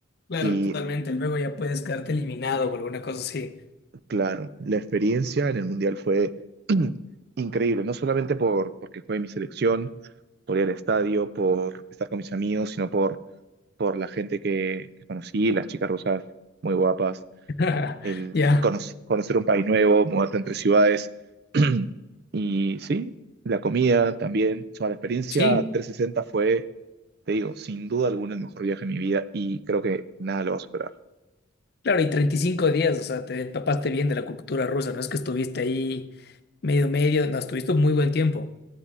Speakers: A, on the left; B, on the right.
A: Claro,
B: Y
A: totalmente. Luego ya puedes quedarte eliminado o alguna cosa así.
B: Claro, la experiencia en el Mundial fue <clears throat> increíble, no solamente por, porque jugué en mi selección, por ir al estadio, por estar con mis amigos, sino por, por la gente que, que conocí, las chicas rusas muy guapas,
A: <laughs>
B: el
A: Ya.
B: cono- conocer un país nuevo, mudarte entre ciudades. <clears throat> Y sí, la comida también. O sea, la experiencia
A: Sí.
B: 360 fue, te digo, sin duda alguna el mejor viaje de mi vida y creo que nada lo va a superar.
A: Claro, y 35 días, o sea, te empapaste bien de la cultura rusa, no es que estuviste ahí medio medio, no, estuviste muy buen tiempo.